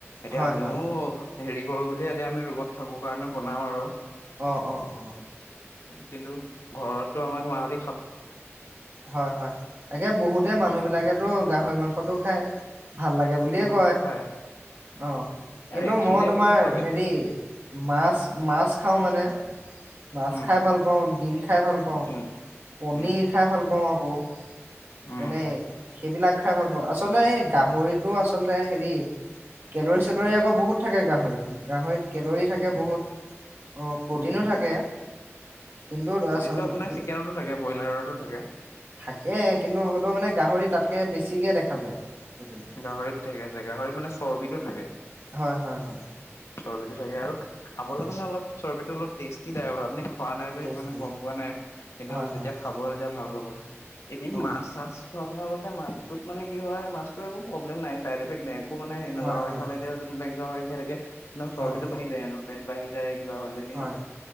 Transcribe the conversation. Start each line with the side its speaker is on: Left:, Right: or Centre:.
Left: এতিয়া
Right: হয়
Left: আমিও
Right: হয়।
Left: হেৰি কৰো বুলি এতিয়া আমি ৰুমত থাকো কাৰণে বনাও আৰু।
Right: অ অ অ
Left: কিন্তু ঘৰতটো আমাক মাহ দে
Right: হয়-হয় তাকে বহুতে মানুহ বিলাকেতো গাহৰি মাংসটো খায়। ভাল লাগে বুলিয়ে
Left: মাংসটো
Right: কয়
Left: খাই।
Right: অহ ' কিন্তু
Left: একচুৱেলি
Right: মই তোমাৰ
Left: আপুনি চাওক
Right: হেৰি মাছ - মাছ মানে মাছ
Left: উম,
Right: খাই ভাল পাওঁ, ডিম খাই ভাল পাওঁ,
Left: উম।
Right: পনিৰ
Left: উম।
Right: খাই ভাল পাওঁ আৰু কৌ
Left: উম,
Right: মানে সেইবিলাক খাই ভাল পাওঁ আচলতে এই গাহৰিটো আচলতে হেৰি কেলৰি চেলৰি আকৌ বহুত থাকে গাহৰিত। গাহৰিত কেলৰি থাকে বহুত। প্ৰটিনো
Left: উম-উম
Right: থাকে কিন্তু
Left: প্ৰটিনটো
Right: আচল
Left: আপোনাৰ চিকেনতো থাকে ব্ৰইলাৰতো থাকে।
Right: থাকে কিন্তু হ'লেও মানে গাহৰি তাতকে বেছিকে দেখা যায়। প্ৰটিনটো।
Left: গাহৰিত থাকে জেগা গাহৰিত মানে চৰ্বিতটোত থাকে।
Right: হয়- হয়- হয়।
Left: চৰ্বিটো থাকে আৰু। খাবলৈ
Right: অ
Left: মানে অলপ চৰ্বিত অলপ টেষ্টি টাইপ আপুনি খোৱা নাই যে
Right: টেষ্টি
Left: সেইটো কাৰণে গম পোৱা নাই কিন্তু
Right: হয়
Left: যেতিয়া
Right: হয়
Left: খাব তেতিয়া ভাল হ'ব। এদিন
Right: অ
Left: মাছ চাছ খোৱা <unintelligible> এ মাছটোত মানে কি হয় মাছ টোৰ একো প্ৰব্লেম নাই চাইডইফেক্ট নাই। একো মানে গাহৰি
Right: হয় হয়
Left: খালে এতিয়া যোনবিলাক গাহৰি <unintelligible> নহ চৰ্বিতটো
Right: হয়
Left: বাহি যায় হেনো। পেট বাঢ়ি যায়। কিবা হৈ যায় কিন্তু
Right: হয়